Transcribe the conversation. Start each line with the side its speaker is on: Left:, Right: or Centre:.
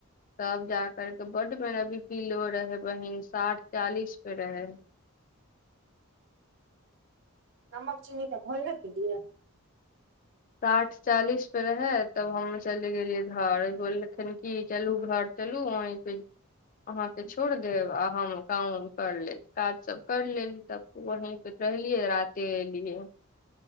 Left: तब जा करके बड्ड बरा बिपीलो रहे बहिन साठ चालीस पे रहे
Right: नमक चीनी तऽ घोल नहि पिलियै
Left: साठ चालीस पे रहै तब हम चलि गेलियै घर बोललखिन की चलू घर चलू वहीं पे अहाँके छोड़ देब आ हम काम उम कर लेब काज सभ करि ले तब वही परे रहललियै राते ए लिए